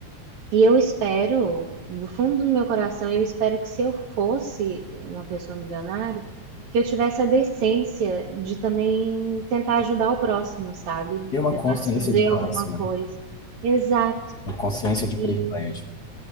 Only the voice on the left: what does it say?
E uma
consciência
de classe,
né?
Uma consciência de
privilégio.